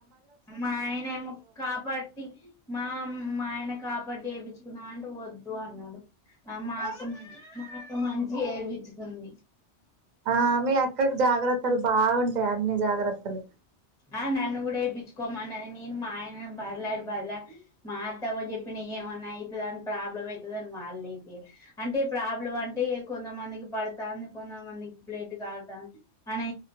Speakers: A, in the centre; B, on the right.
A: అ మా ఆయన ఏమో కాపాట్టి మామ్ మా ఆయన కాపాట్టి చేయిచ్చుకున్నా అంటే వద్దు అన్నాడు మాక్క మ మాక్క మంచిగ ఏపిచ్చుకుంది
B: ఆ మీ అక్కకు జాగ్రత్తలు బాగుంటయి ఇన్ని జాగ్రత్తలు
A: ఆ నన్ను కూడా ఎపిచుకోమన్నది నేను మా ఆయన బతిలాడి బతిలాడి మా అత్తమ్మకు చెప్పిన ఏమన్నా అవుతుంది ప్రాబ్లమ్ అవుతుందని వాళ్ళు ఏపీయలె అంటే ప్రాబ్లం అంటే కొంతమందికి పడతాంది కొంతమందికి బ్లడ్ కారుతాంది అని